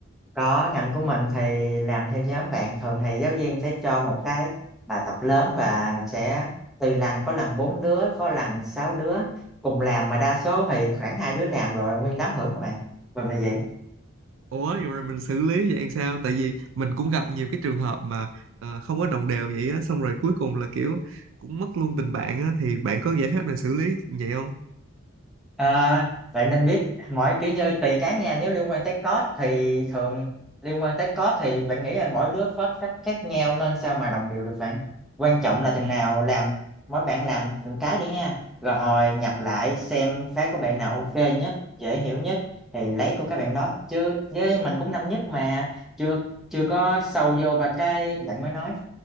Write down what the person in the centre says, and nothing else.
có ngành của mình thì làm theo nhóm bạn thường thì giáo viên sẽ cho một cái bài tập lớn và sẽ tùy lần có lần bốn đứa có lần sáu đứa cùng làm mà đa số thì khoảng hai đứa làm rồi nguyên đám hưởng các bạn thường là vậy
À, bạn nên biết mỗi kiểu như tùy cá nhân nếu liên quan tới code thì thường liên quan tới code thì bạn nghĩ là mỗi đứa code cách khác nhau nên sao mà đồng đều được bạn quan trọng là từng
nào làm mỗi bạn làm từng cái đi ha rồi hồi nhập lại xem cái của bạn nào ok nhất dễ hiểu nhất thì lấy của các bạn đó chứ với mình cũng năm nhất mà chưa chưa có sâu vô và cái bạn mới nói